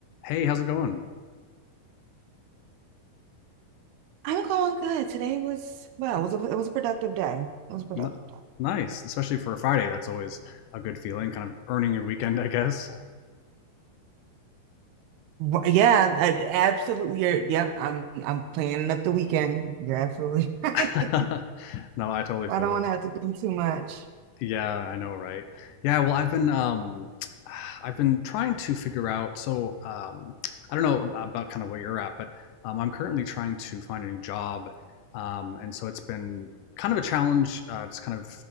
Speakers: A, on the left; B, on the right.
A: hey, how's it going?
B: I'm going good. Today was well, it was a it was a productive day. It was a productive
A: N-
B: day.
A: nice, especially for a Friday. That's always a good feeling, kind of earning your weekend, I guess.
B: Wh- Yeah, I- absolutely. You're, yep, I'm I'm planning up the weekend. You're absolutely <laughs> right.
A: <laughs> No, I totally
B: I
A: feel
B: don't
A: you.
B: want to have to do too much.
A: Yeah, I know, right? Yeah, well, I've been um <sighs> I've been trying to figure out so um I don't know ab- about kind of where you're at, but um I'm currently trying to find a new job. Um and so it's been kind of a challenge. Uh it's kind of